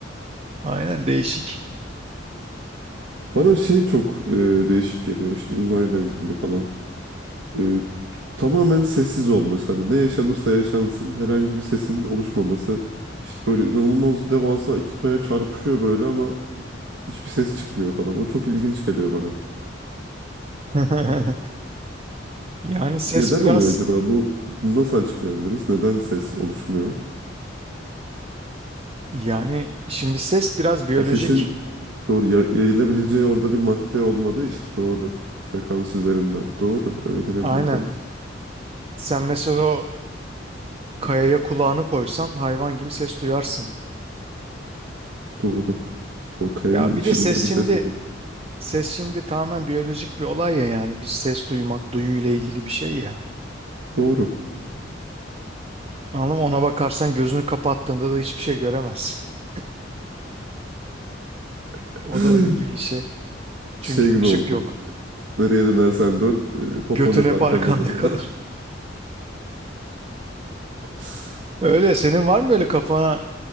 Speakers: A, on the right; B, on the right.
A: Aynen değişik.
B: Bana şey çok e, değişik geliyor işte uzayla ilgili falan. E, tamamen sessiz olması. Hani ne yaşanırsa yaşansın herhangi bir sesin oluşmaması. İşte böyle inanılmaz devasa iki kaya çarpışıyor böyle ama hiçbir ses çıkmıyor falan. O çok ilginç geliyor bana.
A: <laughs> Yani ses
B: Neden
A: biraz
B: oluyor acaba? Bu, bunu nasıl açıklayabiliriz? Neden ses oluşmuyor?
A: yani şimdi ses biraz biyolojik.
B: Ha, sesin doğru ya- yayılabileceği orada bir madde olmadığı için doğru. Frekans üzerinden. Doğru. Öyle denebilir
A: Aynen.
B: belki.
A: Sen mesela o kayaya kulağını koysan hayvan gibi ses duyarsın.
B: Doğru. O kayanın
A: Ya bir
B: içinde
A: de ses
B: bir
A: şimdi
B: ses olabilir.
A: ses şimdi tamamen biyolojik bir olay ya yani bir ses duymak duyuyla ilgili bir şey ya.
B: Doğru.
A: Anladın mı? Ona bakarsan gözünü kapattığında da hiçbir şey göremezsin. <laughs>
B: <gasps>
A: O
B: <laughs>
A: da onun gibi bir şey. Çünkü
B: Şey gibi
A: ışık
B: oldu.
A: yok.
B: Nereye dönersen dön, e, popon
A: Götün
B: hep
A: hep
B: arkandadır.
A: arkanda kalır.
B: <laughs>
A: Öyle senin var mı böyle kafana